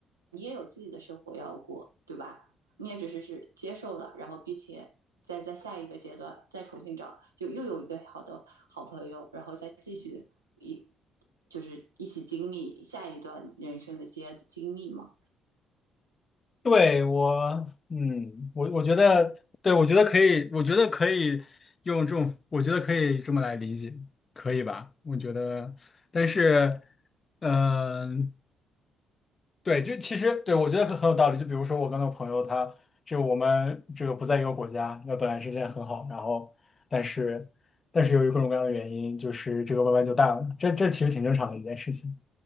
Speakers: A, on the right; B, on the left.
A: 你也有自己的生活要过，对吧？你也只是是接受了，然后并且再在下一个阶段再重新找，就又有一个好的好朋友，然后再继续一就是一起经历下一段人生的阶经历嘛。
B: 对我，嗯，我我觉得，对，我觉得可以，我觉得可以用这种，我觉得可以这么来理解，可以吧？我觉得，但是，嗯、对，就其实对我觉得很很有道理。就比如说我跟我朋友他，就我们这个不在一个国家，那本来之间很好，然后但是但是由于各种各样的原因，就是这个慢慢就淡了，这这其实挺正常的一件事情。